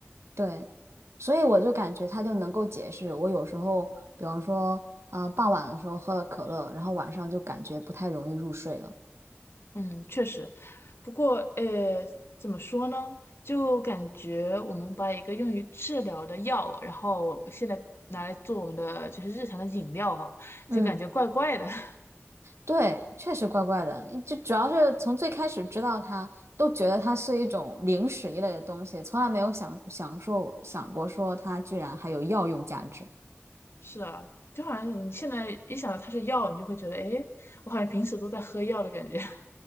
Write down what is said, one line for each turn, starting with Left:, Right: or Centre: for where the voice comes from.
Right: 对，所以我就感觉他就能够解释，我有时候，比方说，呃，傍晚的时候喝了可乐，然后晚上就感觉不太容易入睡了。
Left: 嗯，确实，不过，呃，怎么说呢？就感觉我们把一个用于治疗的药，然后现在拿来做我们的就是日常的饮料哈，
Right: 嗯
Left: 就感觉怪怪的。<laughs>
Right: 对，确实怪怪的，就主要是从最开始知道它，都觉得它是一种零食一类的东西，从来没有想想说想过说它居然还有药用价值。
Left: 是啊，就好像你现在一想到它是药，你就会觉得，哎，我好像平时都在喝药的感觉。<laughs>